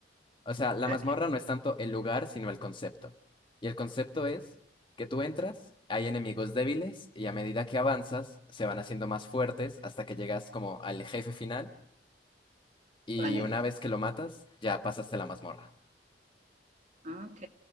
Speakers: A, on the left; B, on the right.
A: O sea, la
B: Ok,
A: mazmorra no es tanto el lugar, sino el concepto. Y el concepto es que tú entras, hay enemigos débiles y a medida que avanzas se van haciendo más fuertes hasta que llegas como al jefe final y
B: Vale.
A: una vez que lo matas ya pasaste la mazmorra.
B: Ah, Ok,